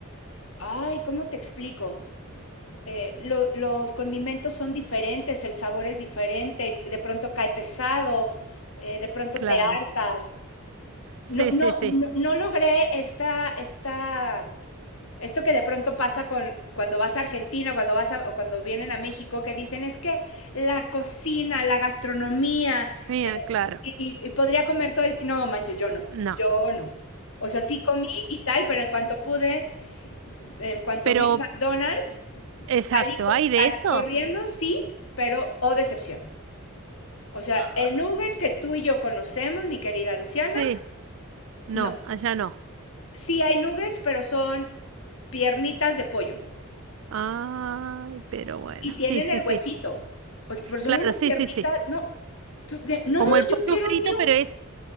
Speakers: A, on the left; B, on the right.
A: ay, ¿cómo te explico? eh, lo, los condimentos son diferentes, el sabor es diferente, de pronto cae pesado, eh, de pronto
B: claro.
A: te hartas. No,
B: Sí,
A: no,
B: sí, sí.
A: no, no logré esta, esta, esto que de pronto pasa con cuando vas a Argentina, cuando vas a, o cuando vienen a México, que dicen es que la cocina, la gastronomía,
B: Mía,
A: eh,
B: claro.
A: y, y, y podría comer todo el tiempo. No, manches, yo no,
B: No.
A: yo no. O sea, sí comí y tal, pero en cuanto pude, en cuanto
B: Pero,
A: vi un McDonald's,
B: exacto,
A: Salí,
B: ¿hay
A: salí
B: de eso?
A: corriendo, sí, pero o decepción. O sea,
B: Ah,
A: el nugget que tú y yo conocemos, mi querida Luciana,
B: sí, no,
A: no.
B: allá no.
A: Sí hay nuggets, pero son piernitas de pollo
B: Ay, pero bueno,
A: y tienen
B: sí, sí,
A: el huesito.
B: sí.
A: O- Pero son
B: Claro,
A: unas
B: sí,
A: piernitas,
B: sí, sí.
A: no. Tú- de- No,
B: Como el
A: yo
B: pollo
A: quiero
B: frito,
A: un new.
B: pero es,